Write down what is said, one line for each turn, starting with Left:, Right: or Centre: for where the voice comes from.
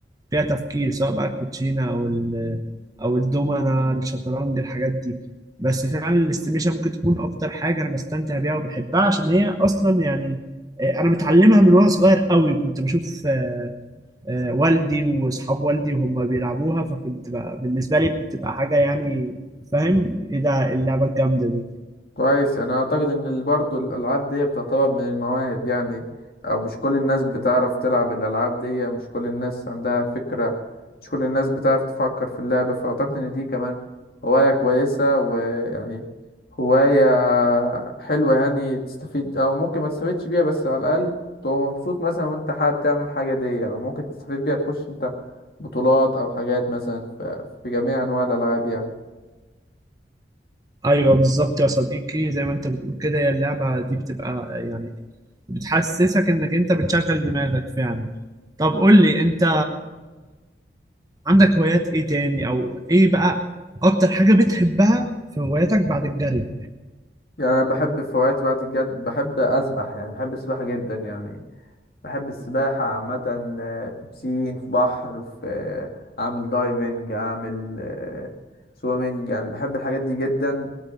Right: فيها تفكير سواء بقى الكوتشينه او ال او الدومنه الشطرنج الحاجات دي بس فعلا الاستيميشن ممكن تكون اكتر حاجه انا بستمتع بيها وبحبها عشان هي اصلا يعني آه، انا متعلمها من وانا صغير قوي كنت بشوف آه، آه، والدي واصحاب والدي وهم بيلعبوها فكنت بقى بالنسبه لي بتبقى حاجه يعني فاهم ايه ده اللعبه الجامده دي
Left: كويس يعني انا اعتقد ان برضه الالعاب دي بتعتبر من المواهب يعني او مش كل الناس بتعرف تلعب الالعاب دي مش كل الناس عندها فكرة مش كل الناس بتعرف تفكر في اللعبة فاعتقد ان دي كمان هواية كويسة ويعني هواية حلوة يعني تستفيد او ممكن ما تستفيدش بيها بس على الاقل تبقى مبسوط مثلا وانت حابب تعمل حاجة دي او ممكن تستفيد بيها تخش انت بطولات او حاجات مثلا ف- في جميع انواع الالعاب يعني
Right: ايوه بالظبط يا صديقي زي ما انت بتقول كده هي اللعبه دي بتبقى يعني بتحسسك انك انت بتشغل دماغك فعلا طب قول لي انت عندك هوايات ايه تاني او ايه بقى اكتر حاجة بتحبها في هواياتك بعد الجري
Left: يعني انا بحب في وقت بعد الجد بحب اسبح يعني بحب السباحه جدا يعني بحب السباحة عامة آه، في بسين في بحر في آه، أعمل دايفنج أعمل آه، سويمنج يعني بحب الحاجات دي جدا